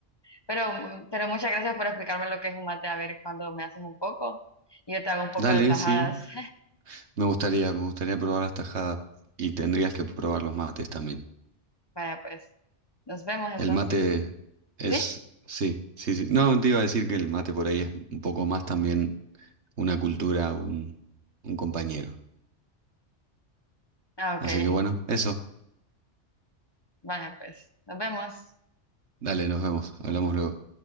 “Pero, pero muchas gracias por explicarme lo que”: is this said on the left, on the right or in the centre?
Left